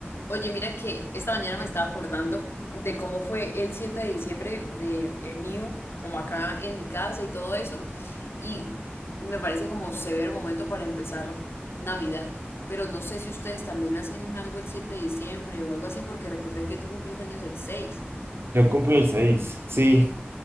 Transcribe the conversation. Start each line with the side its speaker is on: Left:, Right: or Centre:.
Left: Oye, mira que esta mañana me estaba acordando de cómo fue el 7 de diciembre de el mío, como acá en mi casa y todo eso, y me parece como severo momento para empezar Navidad. Pero no sé si ustedes también hacen algo el 7 de diciembre o algo así, porque recordé que tú cumples años el seis.
Right: Yo cumplo el seis sí,